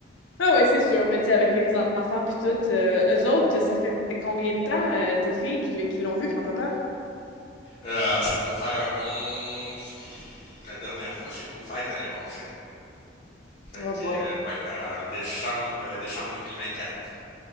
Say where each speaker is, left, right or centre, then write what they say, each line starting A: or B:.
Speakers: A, on the left (about 85°); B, on the left (about 40°).
A: Ah oui, c'est sûr. Mais tu sais, avec les enfants puis tout, euh, eux autres, ça fait combien de temps, euh, tes filles, qui, l- qui l'ont vu, grand-papa?
B: Euh, ça doit faire un bon... La dernière fois, c'était aux fêtes l'année passée. Fait
A: Oh
B: que,
A: boy.
B: euh, ouais, en décembre, euh, décembre 2024.